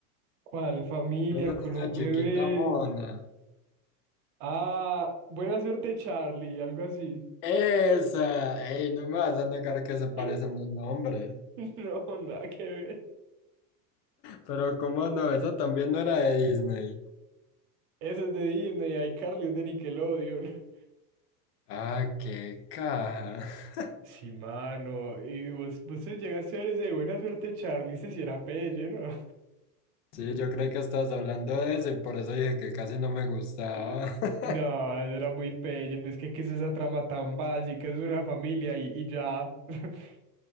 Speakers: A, on the right (about 65°); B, on the left (about 75°).
A: ¿Cuál familia
B: Era una
A: con
B: niña
A: un bebé?
B: chiquita mona.
A: Ah, buena suerte, Charlie, algo así.
B: Esa, ey, no me vas a negar que se parecen
A: <laughs>
B: los nombres.
A: No, nada que ver.
B: Pero cómo no, esa también no era de Disney.
A: Eso es de Disney, hay Carly es de Nickelodeon. <laughs>
B: Ah, qué caja. <laughs>
A: Sí, mano. Y vos, vos te llegaste a ver ese de buena suerte, Charlie, ese sí era pelle, ¿no?
B: Sí, yo creí que estabas hablando de eso y por eso dije que casi no me gustaba.
A: <laughs>
B: <laughs>
A: No, eso era muy pelle, pues que, que es esa trama tan básica, es una familia y, y ya. <laughs>